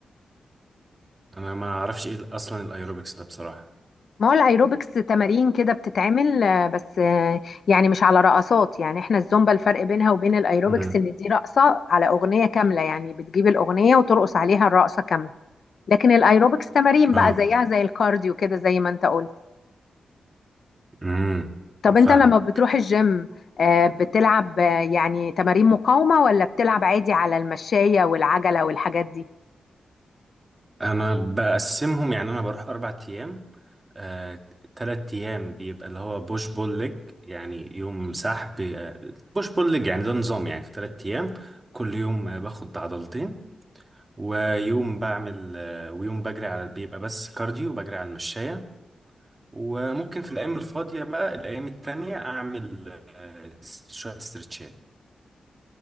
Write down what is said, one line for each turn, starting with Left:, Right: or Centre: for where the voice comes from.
Right: انا ما اعرفش ايه اصلا الايروبكس ده بصراحه
Left: ما هو الايروبكس تمارين كده بتتعمل آه، بس آه، يعني مش على رقصات يعني احنا الزومبا الفرق بينها وبين الايروبكس
Right: امم
Left: ان دي رقصة على اغنية كاملة يعني بتجيب الاغنية وترقص عليها الرقصة كاملة لكن الايروبكس تمارين بقى
Right: اه
Left: زيها زي الكارديو كده زي ما انت قلت
Right: امم
Left: طب انت
Right: فاهم
Left: لما بتروح الجيم آه، بتلعب آه، يعني تمارين مقاومة ولا بتلعب عادي على المشاية والعجلة والحاجات دي
Right: انا بقسمهم يعني انا بروح اربع ايام آه، تلات ايام بيبقى اللي هو بوش بول ليج يعني يوم سحب آه، بوش بول ليج يعني ده نظام يعني في تلات ايام كل يوم آه، باخد عضلتين ويوم بعمل آه، ويوم بجري على بيبقى بس كارديو بجري على المشاية وممكن في الايام الفاضية بقى الايام التانية اعمل آه، شوية استرتشات